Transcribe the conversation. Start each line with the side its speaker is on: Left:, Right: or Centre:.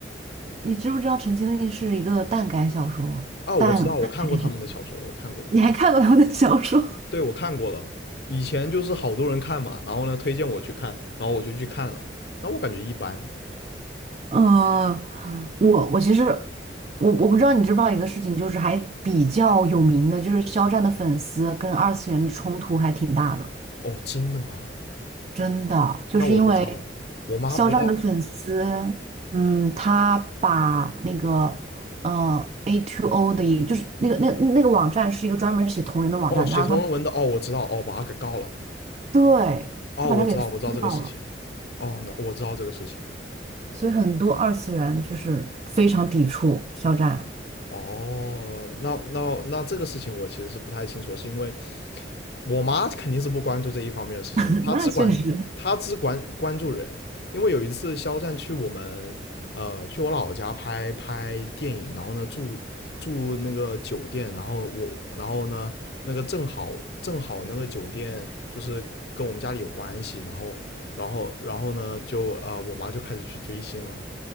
Right: 你知不知道陈情令是一个耽改小说？
Left: 啊，我知道，
Right: 耽耽改电视剧，
Left: 我看过他们的小说的，我看过了，
Right: 你还看过他们的小说？
Left: 对，我看过了。以前就是好多人看嘛，然后呢推荐我去看，然后我就去看了，那我感觉一般。
Right: 呃，我我其实我我不知道你知不知道一个事情，就是还比较有名的，就是肖战的粉丝跟二次元的冲突还挺大的，
Left: 哦，真的吗？
Right: 真的，就是因为
Left: 那我不知道，我妈不知道。
Right: 肖战的粉丝，嗯，他把那个呃 a t two o 的一就是那个那那个网站是一个专门写同人的网站，
Left: 哦，写同人文的，
Right: 然后他
Left: 哦，我知道，哦，把他给告了。
Right: 对他把它给封掉了，
Left: 哦，我知道，我知道这个事情。哦，那我知道这个事情。
Right: 所以很多二次元就是非常抵触肖战，
Left: 哦，那那那这个事情我其实是不太清楚，是因为我妈肯定是不关注这一方面的事情，
Right: <laughs>
Left: 她只管她只管关注人。
Right: 那确实。
Left: 因为有一次肖战去我们呃去我老家拍拍电影，然后呢住住那个酒店，然后我然后呢那个正好正好那个酒店就是跟我们家里有关系，然后然后然后呢就呃我妈就开始去追星了。